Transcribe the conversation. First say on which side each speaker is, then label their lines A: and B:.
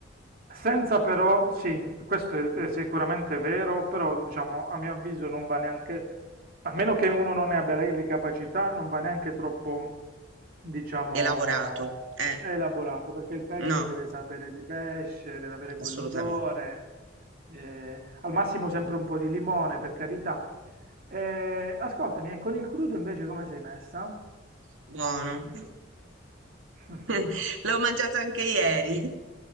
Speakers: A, on the right; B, on the right.
A: Senza però, sì, questo è, è sicuramente vero, però diciamo a mio avviso non va neanche, a meno che uno non ne abbia le, le capacità, non va neanche troppo, diciamo,
B: elaborato. Eh,
A: elaborato, perché il pesce
B: no,
A: deve sapere di pesce, deve avere quell'odore,
B: assolutamente.
A: eh, al massimo sempre un po' di limone, per carità. Eh, ascoltami, e con il crudo invece come sei messa?
B: Buono.
A: <laughs>
B: <laughs> L'ho mangiato anche ieri.